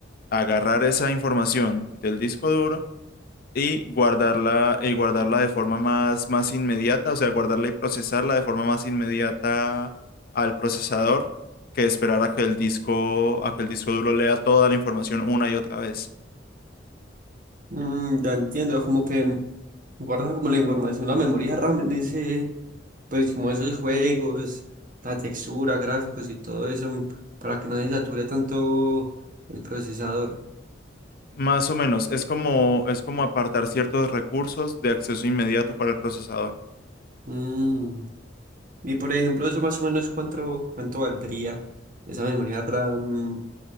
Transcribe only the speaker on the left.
agarrar esa información del disco duro y guardarla, y guardarla de forma más, más inmediata, o sea, guardarla y procesarla de forma más inmediata al procesador que esperar a que el disco, a que el disco duro lea toda la información una y otra vez.
Más o menos, es como, es como apartar ciertos recursos de acceso inmediato para el procesador.